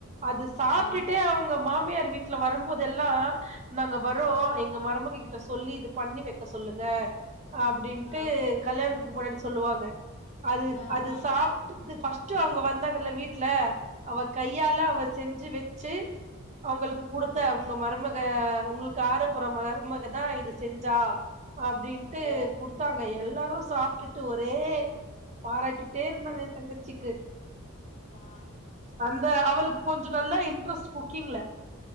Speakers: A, on the right; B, on the left.
A: அது சாப்டுட்டு
B: ஆ
A: அவுங்க மாமியார் வீட் வீட்டுல வரும்போதெல்லா நாங்க வரோ
B: ஆ
A: எங்க மருமகிட் சொல்லி இது பண்ணி வெக்க சொல்லுங்க அப்டின்ட்டு
B: ஆ
A: கல்யாணத்துக்கு முன்னாடி சொல்லுவாங்க அது
B: ஆ
A: அது சாப்டுது பஸ்ட் டு அவுங்க வந்தாங்கல்ல வீட்டுல அவ கையால அவ செஞ்சு வெச்சி அவுங்களுக்கு குடுத்த
B: ம்
A: உங்க மருமக உங்களுக்கு ஆரப்போற மருமக தா இது செஞ்சா அப்டின்ட்டு
B: ஓ
A: குடுத்தாங்க எல்லா அப்புறோ சாப்டுட்டு ஒரே பாராட்டிட்டே இருந்தாங்க ஏன் தங்கச்சிக்கு
B: ஆ
A: அந்த அவலுக் கொஞ்சோ நல்லா இன்ட்ரெஸ்ட் குக்கிங்ல